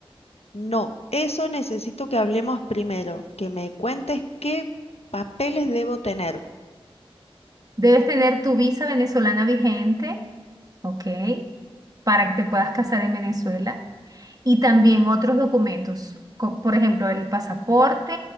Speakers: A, on the left; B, on the right.
A: No, eso necesito que hablemos primero, que me cuentes qué papeles debo tener.
B: debes tener tu visa venezolana vigente, ¿ok? Para que te puedas casar en Venezuela. y también otros documentos, co- por ejemplo, el pasaporte,